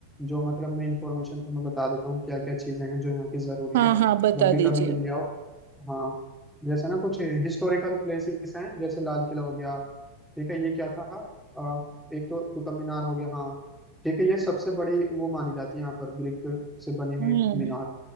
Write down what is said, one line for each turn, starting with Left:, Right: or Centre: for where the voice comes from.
Centre: जो मतलब मैं इंफॉर्मेशन तुम्हें बता देता हूँ क्या क्या चीजें हैं जो यहाँ की जरूरी
Right: हाँ
Centre: है
Right: हाँ बता
Centre: जब भी
Right: दीजिए
Centre: कभी दिल्ली आओ हाँ जैसे ना कुछ हिस्टोरिकल प्लेसेस हैं जैसे लाल किला हो गया ठीक है ये क्या था अ, एक तो कुतुब मीनार हो गया हाँ ठीक है ये सबसे बड़ी वो मानी जाती है यहाँ पर ब्रिक से बनी हुई
Right: हम्म
Centre: मीनार